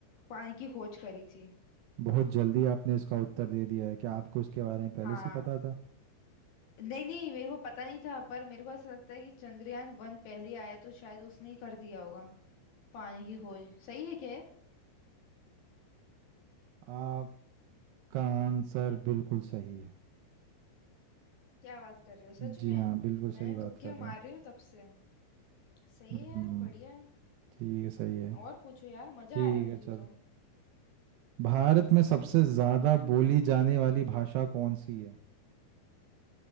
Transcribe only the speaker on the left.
पानी की खोज करी थी
हाँ
नहीं नहीं मेरे को पता नहीं था पर मेरे को ऐसा लगता है कि चंद्रयान वन पहले आया तो शायद उसने ही कर दिया होगा पानी की खोज सही है क्या
क्या बात कर रही हो सच
में
मैंने
तुक्के
मार
रही हूँ तब से सही
है यार बढ़िया है
और पूछो यार मजा
आ रहा है मुझे
तो